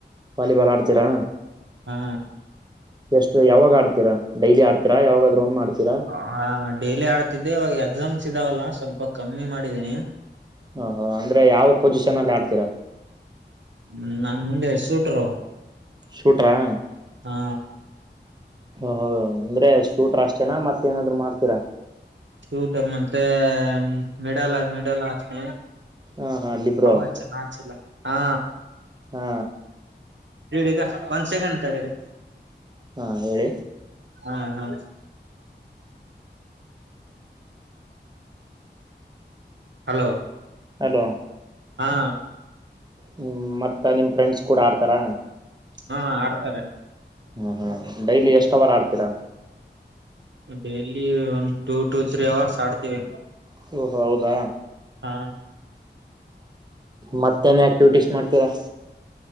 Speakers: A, on the right; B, on the right.
A: ವಾಲಿಬಾಲ್ ಅಡತೀರಾ
B: ಹಾ
A: ಎಷ್ಟು ಯಾವಾಗ ಆಡ್ತೀರಾ ಡೈಲಿ ಆಡ್ತಿರಾ ಯಾವಾಗಾದರೂ ಒಮ್ಮೆ ಆಡತೀರಾ
B: ಹ ಡೇಲಿ ಆಡ್ತಿದ್ದೆ ಇವಾಗ ಎಕ್ಸಾಮ್ಸ್ ಇದ್ದಾವಲ್ಲ ಸ್ವಲ್ಪ ಕಮ್ಮಿ ಮಾಡಿದ್ದೀನಿ
A: ಹ ಹ ಅಂದ್ರೆ ಯಾವ್ ಪೊಸಿಷನ್ ಅಲ್ಲಿ ಆಡ್ತೀರಾ
B: ಹ್ಮ ನಾನ್ ಮುಂದೆ ಸೂಟರು
A: ಶೂಟರಾ
B: ಹಾ
A: ಹ ಅಂದ್ರೆ ಸೂಟ್ರ ಅಷ್ಟೇನಾ ಮತ್ತ ಏನಾದ್ರು ಮಾಡ್ತೀರಾ
B: ಶೂಟರ್ ಮತ್ತೆ ಮೆಡಲ್ ಮೆಡಲ್ ಹಾಕ್ನ
A: ಹ ಹಾ ಲಿಬ್ರೋ
B: ಹೌ ಅ ಚ ನಾ ಚಿಲ್ಲ ಹಾ
A: ಹಾ
B: ಈಗ ಒಂದ್ ಸೆಕಂಡ್ ತಡರಿ
A: ಹಾ ಹೇಳಿ
B: ಹಾ ಹಾ ಹಲೋ
A: ಹಲೋ
B: ಹಾ
A: ಹ್ಮ್ ಮತ್ತ ನಿಮ್ ಫ್ರೆಂಡ್ಸ್ ಕೂಡ ಆಡ್ತಾರ
B: ಹಾ ಆಡ್ತಾರೆ
A: ಹ್ಮ ಡೈಲಿ ಎಷ್ಟು ಹವರ್ ಹಾಡ್ತೀರಾ
B: ಡೈಲಿ ಒಂದು ಟೂ ಟೂ ತ್ರೀ ಅವರ್ಸ್ ಆಡ್ತೀವಿ
A: ಓಹೋ ಹೌದಾ
B: ಹಾ
A: ಮತ್ತೇನ್ ಆಕ್ಟಿವಿಟೀಸ್ ಮಾಡ್ತೀರಾ